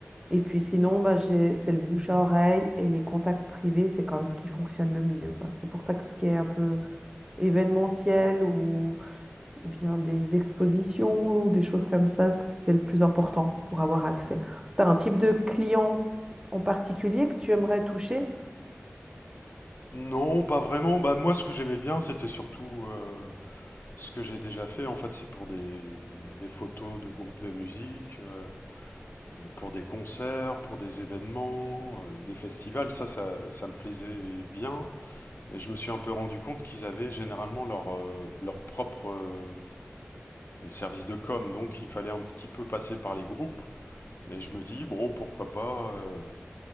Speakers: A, on the right; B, on the left.
A: Et puis sinon, bah, j'ai, c'est le bouche à oreille et les contacts privés, c'est quand même ce qui fonctionne le mieux, quoi. C'est pour ça que ce qui est un peu événementiel ou, ou bien des expositions, ou des choses comme ça, c'est c'est le plus important pour avoir accès. Tu as un type de client en particulier que tu aimerais toucher?
B: Non, pas vraiment. Bah moi, ce que j'aimais bien, c'était surtout euh, ce que j'ai déjà fait. En fait, c'est pour des, des photos de groupes de musique, euh, pour des concerts, pour des événements, euh, des festivals. Ça, ça, ça me plaisait bien. Mais je me suis un peu rendu compte qu'ils avaient généralement leur, euh, leur propre euh, service de com, donc il fallait un petit peu passer par les groupes. Mais je me dis, bro, pourquoi pas euh,